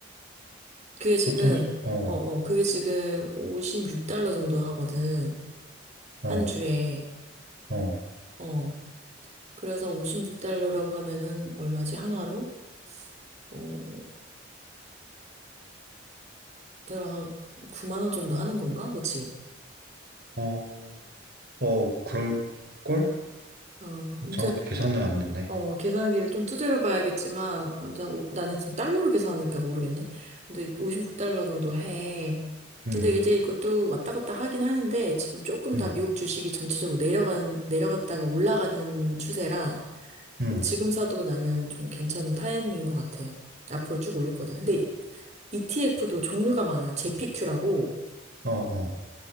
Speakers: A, on the right; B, on the right.
A: 그게 지금,
B: 보통 수- 어,
A: 어, 어, 그게 지금 56달러 정도 하거든.
B: 어,
A: 한 주에.
B: 어,
A: 어. 그래서 56달러라고 하면은 얼마지? 한화로? 어, 대략 한 9만 원 정도 하는 건가? 그치?
B: 어, 어, 그럴 걸?
A: 어, 아무튼,
B: 정확히 계산은 안 됐네.
A: 어, 계산기를 좀 두드려 봐야겠지만, 어, 나, 오- 나는 지금 달러로 계산하니까 모르겠네. 근데 56달러 정도 해.
B: 음,
A: 근데 이제 이것도 왔다 갔다 하긴 하는데, 지금 조금
B: 음,
A: 다 미국 주식이 전체적으로 내려간, 내려갔다가 올라가는 추세라,
B: 음,
A: 음, 지금 사도 나는 좀 괜찮은 타이밍인 것 같아. 앞으로 쭉 올렸거든. 근데 ETF도 종류가 많아. j p 큐라고
B: 어, 어,